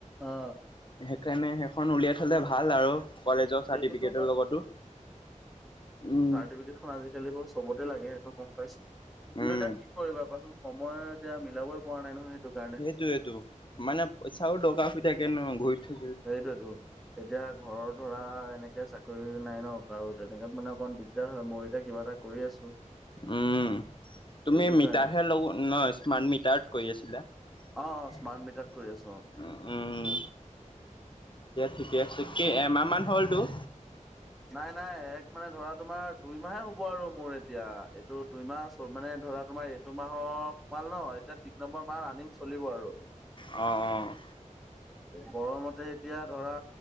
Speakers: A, in the centre; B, on the left.
A: অ,
B: কাৰণে সেইখন উলিয়াই থলে ভাল আৰু কলেজৰ
A: সেইটোতো
B: চাৰ্টিফিকেটৰ লগতো। উম
A: চাৰ্টিফিকট আজিকালি বাৰ চবতে লাগে সেইটো গম পাইছো, কিন্তু
B: উম
A: এতিয়া কি কৰিবা কোৱাচোন। সময় এতিয়া মিলাবই পৰা নাই নহয়। কাৰণে
B: সেইটো, সেইটো মানেই চাও ডকা ফু থাকে নো ঘূৰি থৈ।
A: সেইটোৱে সেইতো এতিয়া ঘৰত। ধৰা এনেকে চাকৰি নাই নক আৰু তেনেকাত মানে অকমান দিগদাৰ হয় মই এতিয়া কিবা এটা কৰি আছো।
B: উম,
A: সেইটো
B: তুমি মিটাৰহে
A: কাৰণে
B: লগ ন স্মাৰ্ট মিটাৰত কৰি আছিলা।
A: অ
B: উম,
A: স্মাৰ্ট মিটাৰত কৰি আছো অ
B: উম, ঠিকে আছে। কি এমাহমান হ'লতটো।
A: নাই, নাই এক মানে ধৰা তোমাৰ দুইমাহে হ'ব আৰু মোৰ এতিয়া এইটো দুইমাহ মানে ধৰা তোমাৰ এইটো মাহৰ সোমাল ন এতিয়া তিনি নম্বৰ মাহ ৰানিং চলিব আৰু।
B: অ, অ,
A: গৰমতে এতিয়া ধৰা